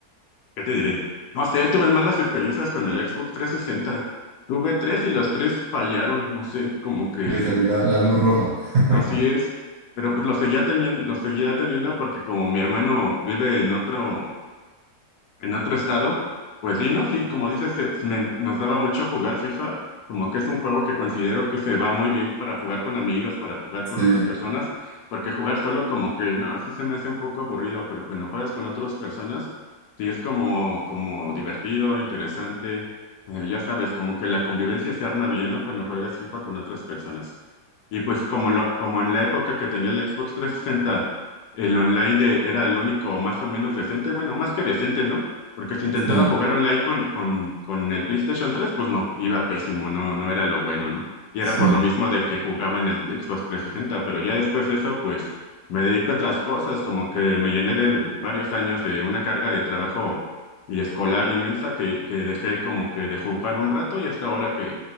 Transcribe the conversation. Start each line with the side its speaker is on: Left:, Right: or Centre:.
Left: ¿qué te diré? No sé, tuve malas experiencias con el Xbox trescientos sesenta Tuve tres y los tres fallaron, no sé, como que
Right: Le salió la, la luz roja. <laughs>
Left: así es. Pero pues lo seguía teniendo, lo seguía teniendo porque como mi hermano vive en otro en otro estado, pues sí, ¿no? Sí, como dices, se- se me- nos daba mucho jugar FIFA, como que es un juego que considero que se va muy bien para jugar con amigos, para jugar
Right: Sí,
Left: con otras personas, porque jugar solo como que, no, sí se me hace un poco aburrido, pero cuando juegas con otras personas, sí es como, como divertido, interesante, eh, ya sabes, como que la convivencia se arma bien, ¿no? Cuando juegas FIFA con otras personas. Y pues como lo, como en la época que tenía el Xbox 360, el online de, era el único más o menos decente, bueno, más que decente, ¿no? Porque si intentaba
Right: sí,
Left: jugar online con, con, con el PlayStation 3, pues no, iba pésimo, no, no era lo bueno, ¿no? Y
Right: sí.
Left: era por lo mismo de que jugaba en el Xbox 360, pero ya después de eso, pues me dedico a otras cosas, como que me llené de varios años de una carga de trabajo y escolar inmensa que, que dejé como que de jugar un rato y hasta ahora que,